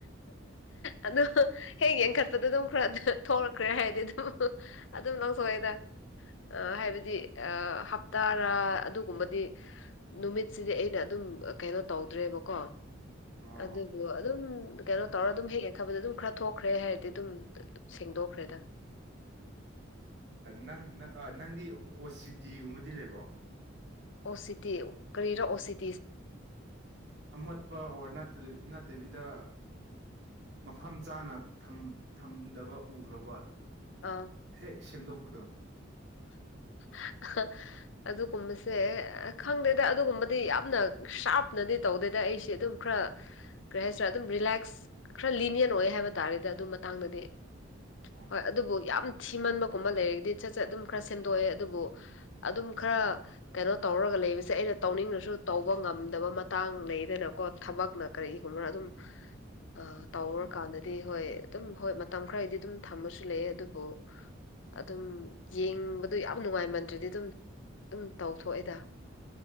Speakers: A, on the left; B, on the right.
A: ꯑꯗꯨ
B: ꯑꯣꯀꯦ
A: ꯍꯦꯛ ꯌꯦꯡꯈꯠꯄꯗ ꯑꯗꯨꯝ ꯈꯔ ꯊꯣꯛꯂꯛꯈ꯭ꯔꯦ ꯍꯥꯏꯗꯤ ꯑꯗꯨꯝ ꯑꯗꯨꯝ ꯂꯧꯊꯣꯛꯑꯦꯗ
B: ꯑꯣꯀꯦ
A: ꯑ ꯍꯥꯏꯕꯗꯤ ꯑ ꯍꯞꯇꯥꯗꯥ ꯑꯗꯨꯒꯨꯝꯕꯗꯤ ꯅꯨꯃꯤꯠꯁꯤꯗꯤ ꯑꯩꯅ ꯑꯗꯨꯝ ꯀꯩꯅꯣ ꯇꯧꯗ꯭ꯔꯦꯕꯀꯣ
B: ꯑꯥ
A: ꯑꯗꯨꯕꯨ
B: ꯑꯣꯀꯦ
A: ꯑꯗꯨꯝ ꯀꯩꯅꯣ ꯇꯧꯔꯒ
B: ꯑꯣꯀꯦ
A: ꯑꯗꯨꯝ ꯍꯦꯛ ꯊꯕꯗꯣ ꯑꯗꯨꯝ ꯈꯔ ꯊꯣꯛꯈ꯭ꯔꯦ ꯍꯥꯏꯕꯗꯤ ꯑꯗꯨꯝ ꯁꯦꯡꯗꯣꯛꯈ꯭ꯔꯦꯗ
B: ꯎꯝ ꯅꯪꯪ ꯅꯪꯗꯤ ꯑꯣ ꯁꯤ ꯇꯤꯒꯨꯝꯕꯗꯤ ꯂꯩꯕ꯭ꯔꯣ
A: ꯑꯣꯁꯤ ꯇꯤ ꯀ꯭ꯔꯤꯔ ꯑꯣꯁꯤ ꯇꯤ
B: ꯑꯃꯣꯠꯄ ꯑꯣꯔ ꯅꯠꯇꯕꯤꯗ ꯃꯐꯝ ꯆꯥꯅ ꯊꯝꯗꯕ ꯎꯈ꯭ꯔꯕꯣ
A: ꯑꯥ
B: ꯍꯦꯛ ꯁꯦꯝꯗꯣꯛꯄꯗꯣ <unintelligible>
A: <unintelligible> ꯑꯗꯨꯒꯨꯝꯕꯁꯦ ꯈꯪꯗꯦꯗ ꯑꯗꯨꯒꯨꯝꯕꯗꯤ ꯌꯥꯝꯅ ꯁꯥꯞꯅꯗꯤ ꯇꯧꯗꯦꯗ ꯑꯩꯁꯦ ꯑꯗꯨꯝ ꯈ꯭ꯔꯥ ꯀꯔꯤ ꯍꯥꯏꯁꯤꯔꯥ ꯑꯗꯨꯝ ꯔꯤꯂꯦꯛꯁ ꯈꯔ ꯂꯤꯅꯤꯌꯟ ꯑꯣꯏꯌꯦ ꯍꯥꯏꯕ ꯇꯥꯔꯦꯗ ꯑꯗꯨ ꯃꯇꯥꯡꯗꯗꯤ
B: ꯑꯣꯀꯦ
A: ꯍꯣꯏ ꯑꯗꯨꯕꯨ ꯌꯥꯝ ꯊꯤꯃꯟꯕꯒꯨꯝꯕ ꯂꯩꯔꯗꯤ ꯁꯠ ꯁꯠ ꯑꯗꯨꯝ ꯈꯔ ꯁꯦꯝꯗꯣꯛꯑꯦ ꯑꯗꯨꯕꯨ ꯑꯗꯨꯝ ꯈꯔ ꯀꯩꯅꯣ ꯇꯧꯔꯒ ꯂꯩꯕꯁꯦ ꯑꯩꯅ ꯇꯧꯅꯤꯡꯔꯥꯁꯨ ꯇꯧꯕ ꯉꯝꯗꯕ ꯃꯇꯥꯡ ꯂꯩꯗꯅꯀꯣ ꯊꯕꯛꯅ ꯀꯔꯤꯒꯨꯝꯕꯔꯥ ꯑꯗꯨꯝ
B: <unintelligible>
A: ꯑ ꯇꯧꯔ
B: ꯎꯝ
A: ꯀꯥꯟꯗꯗꯤ ꯍꯣꯏ ꯑꯗꯨꯝ ꯍꯣꯏ ꯃꯇꯝ ꯈꯔꯗꯤ ꯑꯗꯨꯝ ꯊꯝꯕꯥꯁꯨ ꯂꯩꯌꯦ ꯑꯗꯨꯕꯨ ꯑꯗꯨꯝ ꯌꯦꯡꯕꯗꯣ ꯌꯥꯝ ꯅꯨꯡꯉꯥꯏꯃꯟꯗ꯭ꯔꯗꯤ ꯑꯗꯨꯝ ꯑꯗꯨꯝ ꯇꯧꯊꯣꯛ ꯑꯦꯗ